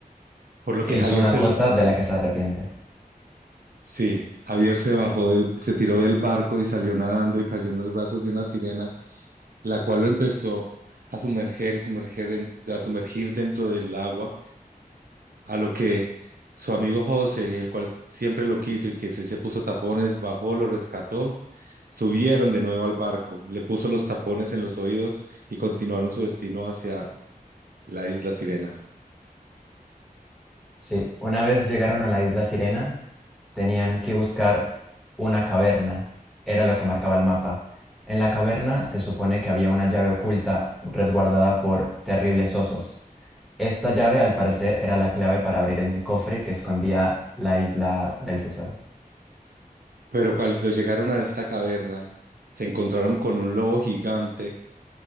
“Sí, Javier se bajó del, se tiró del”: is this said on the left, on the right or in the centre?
Right